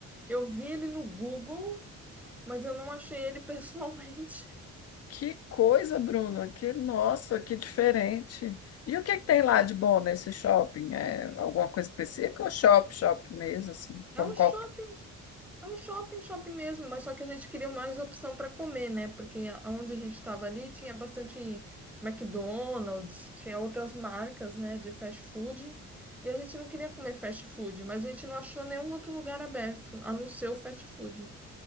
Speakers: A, in the centre; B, on the left (about 55°).
A: eu vi ele no Google, mas eu não achei ele <laughs> pessoalmente.
B: Que coisa, Bruna. Que nossa, que diferente. E o que que tem lá de bom nesse shopping? É alguma coisa específica ou shop, shop mesmo, assim?
A: É
B: Como
A: um
B: qualquer...
A: shopping, é um shopping, shopping mesmo, mas só que a gente queria mais opção para comer, né? Porque onde a gente estava ali tinha bastante McDonald's, tinha outras marcas, né, de fast food, e a gente não queria comer fast food, mas a gente não achou nenhum outro lugar aberto, a não ser o fast food.